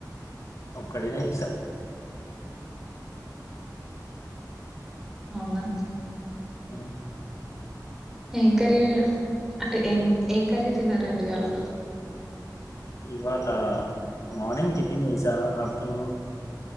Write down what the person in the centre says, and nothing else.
అవునా
ఏం కర్రీ అంటే ఏం ఏం కర్రీ తిన్నారండి అలా